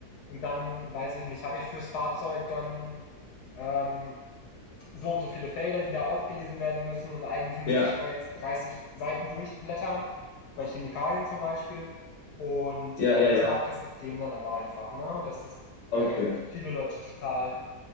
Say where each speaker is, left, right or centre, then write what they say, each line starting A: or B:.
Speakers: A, on the left; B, on the left.
A: Und dann, weiß ich nicht, habe ich fürs Fahrzeug dann, ähm, so und so viele Felder, die da ausgelesen werden müssen und eigentlich müsste
B: Ja.
A: ich da jetzt 30 Seiten durchblättern, bei Chemikalien zum Beispiel. Und
B: Ja.
A: ähm,
B: Ja.
A: das
B: Ja.
A: macht das System dann aber einfach. Ne? Und das ist äh,
B: Okay.
A: für viele Leute total